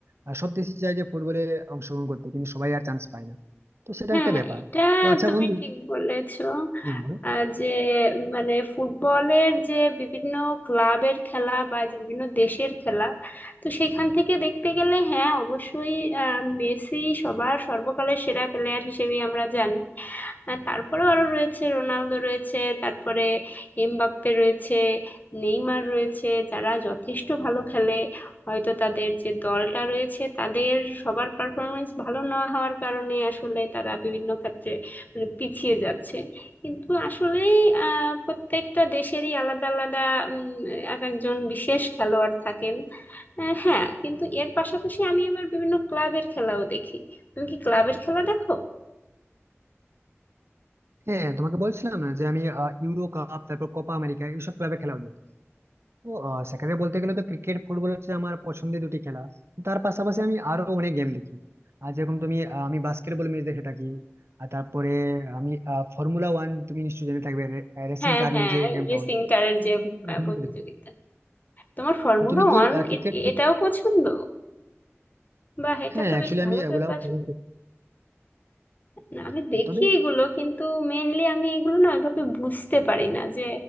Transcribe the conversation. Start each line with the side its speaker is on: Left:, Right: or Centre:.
Right: আহ, সব দেশই চায় যে ফুটবলে অংশগ্রহণ করতে কিন্তু সবাই আর চান্স পায় না তো সেটা
Left: হ্যাঁ,
Right: একটা
Left: হ্যাঁ,
Right: ব্যাপার
Left: এটা
Right: তো আচ্ছা
Left: তুমি
Right: বন্ধু
Left: ঠিক বলেছো
Right: হ্যাঁ বলো।
Left: আহ, যে মানে ফুটবলের যে বিভিন্ন ক্লাবের খেলা বা যে বিভিন্ন দেশের খেলা তো সেখান থেকে দেখতে গেলে হ্যাঁ অবশ্যই আহ, মেসি সবার সর্বকালের সেরা প্লেয়ার হিসেবে আমরা জানি আর তারপরেও আরো রয়েছে রোনালদো রয়েছে তারপরে এমবাপ্পে রয়েছে নেইমার রয়েছে যারা যথেষ্ট ভালো খেলে হয়তো তাদের যে দলটা রয়েছে তাদের সবার পারফরমেন্স ভালো না হওয়ার কারণে আসলে তারা বিভিন্ন ক্ষেত্রে মানে পিছিয়ে যাচ্ছে কিন্তু আসলেই আহ প্রত্যেকটা দেশেরই আলাদা আলাদা উম, এক একজন বিশেষ খেলোয়াড় থাকেন আহ, হ্যাঁ কিন্তু এর পাশাপাশি আমি আবার বিভিন্ন ক্লাবের খেলাও দেখি তুমি কি ক্লাবের খেলা দেখো
Right: হ্যাঁ তোমাকে বলছিলাম না যে আমি আহ, ইউরো কাপ তারপর কোপা আমেরিকা এইসব ক্লাবে খেলাও দেখি তো আহ, সেখানে বলতে গেলে তো ক্রিকেট ফুটবল হচ্ছে আমার পছন্দের দুটি খেলা তার পাশাপাশি আমি আরো অনেক গেম দেখি আর যেরকম তুমি আহ, আমি বাস্কেটবল ম্যাচ দেখে থাকি আর তারপরে আমি ফর্মুলা ওয়ান তুমি নিশ্চয়ই জেনে থাকবে রেসিং
Left: হ্যাঁ
Right: কার
Left: হ্যাঁ
Right: নিয়ে যে গেমটা
Left: রেসিং
Right: হয়
Left: কারের
Right: এই
Left: যে
Right: গেমটা আমি মাঝে
Left: আহ, প্রতিযোগিতা
Right: মধ্যে দেখি।
Left: তোমার ফর্মুলা
Right: তো তুমি
Left: ওয়ান
Right: কি ক্রিকেট
Left: এটাও পছন্দ বাহ এটা
Right: হ্যাঁ
Left: তো
Right: অ্যাকচুয়ালি
Left: বেশ ভালো
Right: আমি এগুলাও
Left: ব্যাপার
Right: খেলি।
Left: না আমি দেখি
Right: তবে
Left: এগুলো কিন্তু মেনলি আমি এগুলো না ওইভাবে বুঝতে পারি না যে